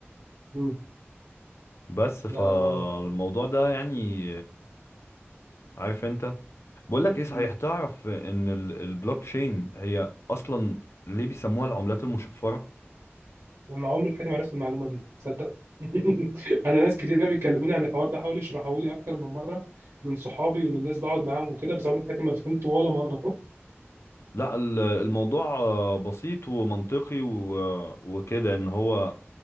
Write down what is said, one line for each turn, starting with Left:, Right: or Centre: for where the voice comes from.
Right: مم.
Left: بس
Right: ده
Left: فالموضوع ده يعني عارف أنت بقول لك إيه صحيح
Right: مم.
Left: تعرف إن ال- البلوك تشين هي أصلا ليه بيسموها العملات المشفرة؟
Right: انا عمري في حياتي ما عرفت المعلومه دي تصدق <laughs> انا ناس كتير بيكلموني عن الحوار ده حاولوا يشرحوا لي اكتر من مره من صحابي ومن ناس بقعد معاهم وكده بس عمري في حياتي ما فهمته ولا مره
Left: لا ال- الموضوع بسيط ومنطقي و- وكده إن هو